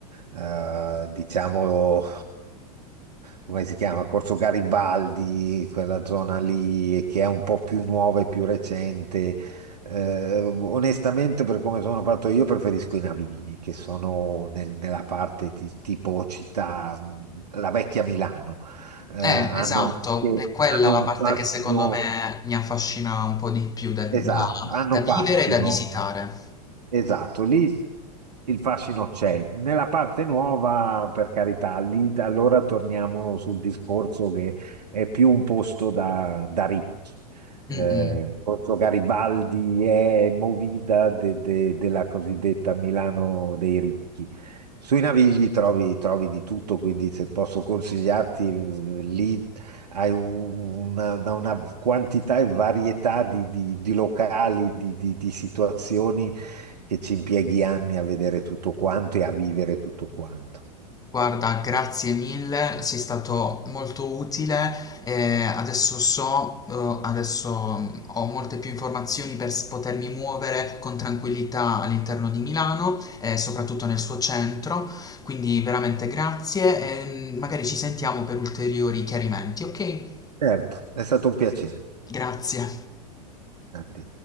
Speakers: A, on the right; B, on the left.
A: eh, diciamo, come si chiama? Corso Garibaldi, quella zona lì che è un po' più nuova e più recente. Eh, onestamente, per come sono fatto io, preferisco i Navigli, che sono nel- nella parte di tipo città, mh, la vecchia Milano eh,
B: Eh,
A: hanno
B: Quindi esatto,
A: che
B: è quella
A: hanno
B: la
A: un
B: parte
A: fascino,
B: che secondo me mi affascina un po' di più da, da-
A: esatto, hanno
B: da vivere
A: fascino,
B: e da visitare.
A: Esatto, lì il fascino c'è. Nella parte nuova, per carità, lì allora torniamo sul discorso che è più un posto da, da ricchi. Eh,
B: Mm, mm.
A: Corso Garibaldi è movida de- de- della cosiddetta Milano dei ricchi. Sui Navigli trovi, trovi di tutto, quindi se posso consigliarti, eh, lì hai un- una, una quantità e varietà di, di- di locali, di di- di situazioni che ci impieghi anni a vedere tutto quanto e a vivere tutto quanto.
B: Guarda, grazie mille, sei stato molto utile. e adesso so, eh, adesso mm, ho molte più informazioni per s- potermi muovere con tranquillità all'interno di Milano e soprattutto nel suo centro. Quindi veramente grazie e mm, magari ci sentiamo per ulteriori chiarimenti, ok?
A: Certo, è stato un piacere.
B: Grazie.
A: A te.